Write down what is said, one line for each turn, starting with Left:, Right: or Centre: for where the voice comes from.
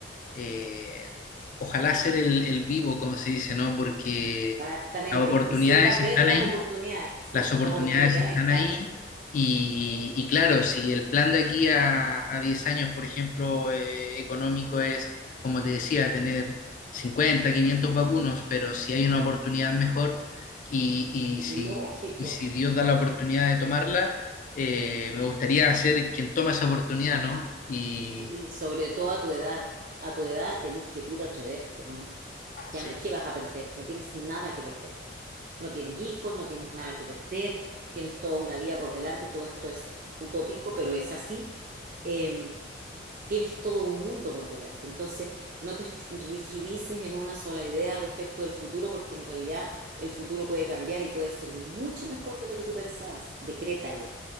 Left: eh, ojalá ser el, el vivo, como se dice, ¿no? Porque
Right: exactamente.
Left: las oportunidades
Right: El que sepa ver
Left: están
Right: las
Left: ahí
Right: oportunidades, ¿sí?
Left: las oportunidades
Right: Las oportunidades
Left: están
Right: están.
Left: ahí y, y claro, si el plan de aquí a, a 10 años, por ejemplo, eh, económico es, como te decía, tener 50 500 vacunos, pero si hay una oportunidad mejor y, y si,
Right: Lógico.
Left: y si Dios da la oportunidad de tomarla, eh, me gustaría ser quien toma esa oportunidad, ¿no? Y
Right: Sí, y sobre todo a tu edad. A tu edad tenés que puro atreverte nomás. Ya
Left: sí,
Right: no, ¿qué vas a perder? No tienes nada que perder. No tienes hijos, no tienes nada que perder, tienes toda una vida por delante, todo esto es utópico, pero es así. Eh, tienes todo un mundo por delante. Entonces, no te estru- rigidices en una sola idea respecto del futuro, porque en realidad el futuro puede cambiar y puede ser mucho mejor de lo que tú pensabas. Decrétalo